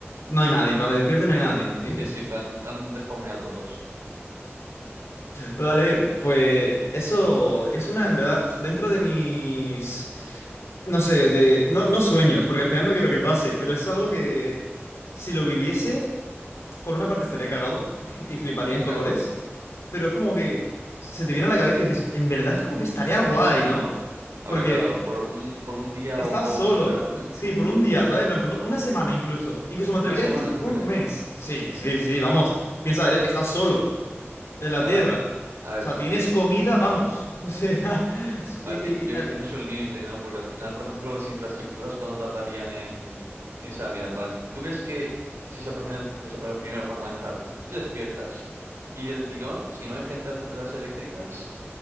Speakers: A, on the left (about 85°); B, on the right (about 85°).
A: no hay nadie. En plan, me despierto y no hay nadie, dices.
B: Sí, sí, en plan, han despawneado a todos.
A: Vale, pues eso es una, en verdad, dentro de mis, no sé, de, no, no sueños, porque al final no quiero que pase, pero es algo que si lo viviese, por una parte estaría cagado <laughs> y fliparía
B: Muy
A: en colores,
B: claro.
A: pero es como que se te viene a la cabeza y dices, en verdad es como que estaría guay, ¿no?
B: A
A: Porque
B: ver, claro, por un, por un día
A: estás
B: o, o
A: solo,
B: si fuera <laughs>
A: sí, por un día, ¿sabes? En plan, por un- una semana incluso, incluso me atrevería
B: una semana,
A: a decir
B: ¿tú
A: un
B: crees?
A: mes. Sí, sí, sí, vamos, piensa, eres- estás solo en la
B: Claro.
A: tierra.
B: A ver,
A: O sea, tienes comida, vamos. <laughs> O sea, sí,
B: A
A: y-
B: ver,
A: y-
B: ti- yo
A: y el-
B: creo que tienes un límite, ¿no? Porque al final, por ejemplo, las infraestructuras, ¿cuándo tardarían en irse a la mierda? En plan, ¿tú crees que si se aparecen el- desaparecen primero para comenzar, tú te despiertas y del tirón, si no hay gente a las centrales eléctricas,